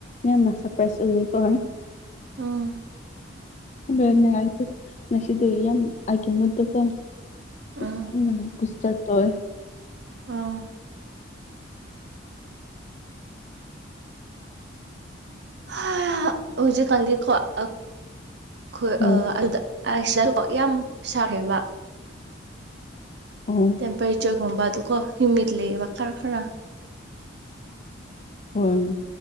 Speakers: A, on the left; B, on the right.
A: ꯌꯥꯝꯅ ꯁꯔꯄ꯭ꯔꯥꯏꯖ ꯑꯣꯏꯌꯦꯀꯣ
B: ꯎꯝ
A: ꯑꯗꯨꯅꯦ ꯍꯥꯏꯁꯦ ꯉꯁꯤꯗꯤ ꯌꯥꯝ ꯑꯩꯒꯤ ꯃꯨꯠꯇꯣ ꯀꯣ ꯃꯤ
B: ꯎꯝ
A: ꯌꯥꯝꯅ ꯕꯨꯁꯇꯔ ꯇꯧꯋꯦ
B: ꯎꯝ ꯍꯥ ꯍꯧꯖꯤꯛ ꯀꯥꯟꯗꯤ ꯀꯣ ꯑꯛ ꯈꯨꯜ
A: ꯍꯣꯏ
B: ꯑ ꯑꯗꯨꯗ ꯑꯥꯏꯁ ꯑꯗꯨ ꯀꯣ ꯌꯥꯝ ꯁꯥꯈ꯭ꯔꯦꯕ
A: ꯑꯣ
B: ꯇꯦꯝꯄꯔꯦꯆꯔꯒꯨꯝꯕ ꯗꯨꯀꯣ ꯍꯤꯌꯨꯃꯤꯠ ꯂꯩꯌꯦꯕ ꯈꯔ ꯈꯔ
A: ꯎꯝ